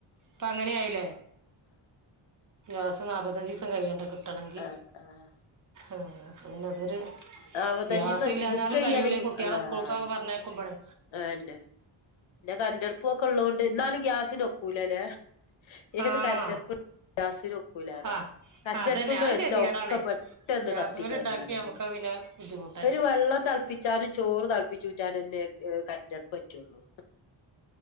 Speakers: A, on the right; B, on the left.
A: ഇപ്പങ്ങനെയായില്ലേ ദെവസം നാല്പത്തഞ്ച് ദീസം കയ്യണ്ട കിട്ട തലങ്കി
B: ആഹ് ആഹ്
A: ആഹ് പിന്നതൊരു
B: അറുപത്തഞ്ചീസം
A: ഗ്യാസില്ലാഞ്ഞാലും
B: ബുക്ക് ചെയ്യാണെങ്കി
A: കയ്യുല ഈ കുട്ടിയളെ
B: ആഹ്
A: സ്കൂൾക്കൊക്കെ പറഞ്ഞയക്കുമ്പളെ
B: അന്നെ പിന്നെ കരന്റടുപ്പുക്കെ ള്ളതോണ്ട് ന്നാലും ഗ്യാസിനൊക്കൂലല്ലേ ഏത്
A: ആഹ്
B: കരന്റടുപ്പും ഗ്യാസിനൊക്കൂലറിയ.
A: ആ
B: കരിന്റടുപ്പ്മ
A: അതന്നെ അത്
B: വെച്ചാ
A: ഗതികേടാണേ
B: ഒക്കെ പെട്ടെന്ന്
A: ഗ്യാസ്മേല്
B: കത്തി കരിയാണ്
A: ഉണ്ടാക്കിയ നമുക്ക് പിന്നെ ബുദ്ധിമുട്ടന്നെ
B: ഒരു വെള്ളം തിളപ്പി ച്ചാല് ചോറ് തളപ്പിച്ചുറ്റാനും എന്നെ കരന്റടുപ്പറ്റുള്ളൂ.